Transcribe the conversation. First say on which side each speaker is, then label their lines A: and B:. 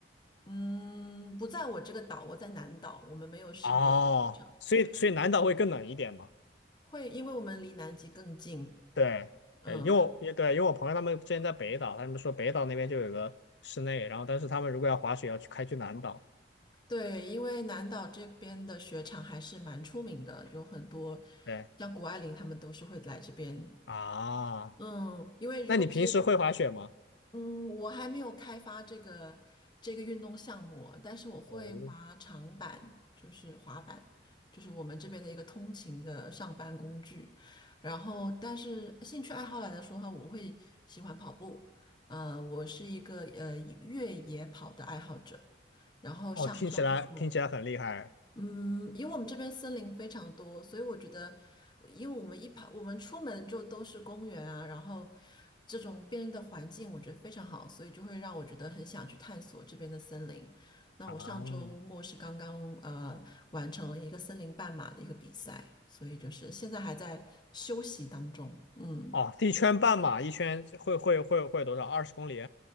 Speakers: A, on the left; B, on the left.
A: 嗯，不在我这个岛，我在南岛，我们没有室内的雪场。
B: 哦，所以所以南岛会更冷一点嘛？
A: 对，会因为我们离南极更近。
B: 对，
A: 嗯，
B: 对，因为我也对，因为我朋友他们之前在北岛，他们说北岛那边就有个室内，然后但是他们如果要滑雪，要去开去南岛。
A: 对，因为南岛这边的雪场还是蛮出名的，有很多
B: 对
A: 像谷爱凌他们都是会来这边。
B: 啊，
A: 嗯，因为如果是
B: 那你平时会滑雪吗？
A: 嗯，我还没有开发这个这个运动项目，但是我会滑长板，
B: 哦，
A: 就是滑板，就是我们这边的一个通勤的上班工具。然后，但是兴趣爱好来说的话，我会喜欢跑步。呃，我是一个呃越野跑的爱好者。然后上周末。
B: 哦，听起来听起来很厉害
A: 嗯，因为我们这边森林非常多，所以我觉得，因为我们一跑，我们出门就都是公园啊，然后这种变的环境，我觉得非常好，所以就会让我觉得很想去探索这边的森林。那我上周末是刚刚呃完成了一个森林半马的一个比赛，
B: 啊！
A: 所以就是现在还在休息当中。嗯，
B: 哦，一圈半马，一圈会会会会多少？二十公里